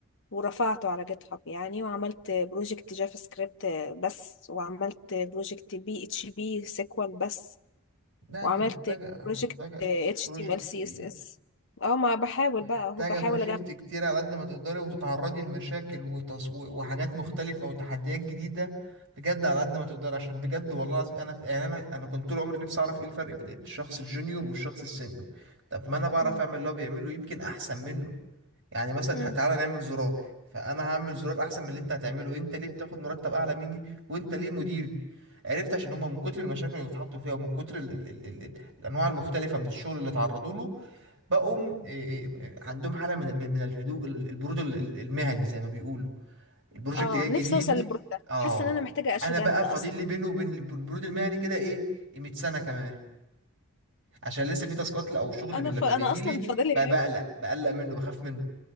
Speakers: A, on the left (about 60°); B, on the right (about 60°).
A: ورفعته على جيت هاب يعني وعملت بروجكت جافا سكريبت بس وعملت بروجكت بي اتش بي سيكوال بس
B: لا
A: وعملت
B: انت محتاجة
A: بروجكت
B: محتاجة
A: اتش
B: بروجكت
A: تي ام ال سي
B: كتير
A: اس اس اه ما بحاول
B: محتاجة
A: بقى اهو بحاول
B: بروجكت
A: اجمع
B: كتير على قد ما تقدري وتتعرضي لمشاكل وتص... و- وحاجات مختلفة وتحديات جديدة بجد على قد ما تقدري عشان بجد والله العظيم انا يعني انا انا كنت طول عمري نفسي اعرف ايه الفرق بين الشخص الجونيور والشخص السينيور طب ما انا بعرف
A: مم.
B: اعمل اللي هو بيعمله يمكن احسن منه يعني مثلا
A: مم.
B: ه- تعالى نعمل زرار فانا هعمل زرار احسن من اللي انت هتعمله انت ليه بتاخد مرتب اعلى مني وانت ليه مديري عرفت عشان هما من كتر المشاكل اللي اتحطوا فيها ومن كتر ال ال ال ال الانواع المختلفة من الشغل اللي اتعرضوا له بقوم
A: مم.
B: إيه إيه عندهم حالة من من من الهدوء ال- البرود ال- ال- المهني زي ما بيقولوا البروجكت
A: اه
B: جاي جديد
A: نفسي اوصل للبرو ده
B: اه
A: حاسه ان انا محتاجه اشوجان
B: انا بقى
A: ده
B: فاضل
A: اصلا
B: لي بينه وبين الب- البرود المهني كده ايه 100 سنة كمان عشان لسه في تاسكات او شغل
A: انا
B: من
A: ف...
B: لما
A: انا
B: بيجي
A: اصلا
B: لي
A: فاضلي
B: بقى
A: ايه
B: بقلق بقلق منه بخاف منه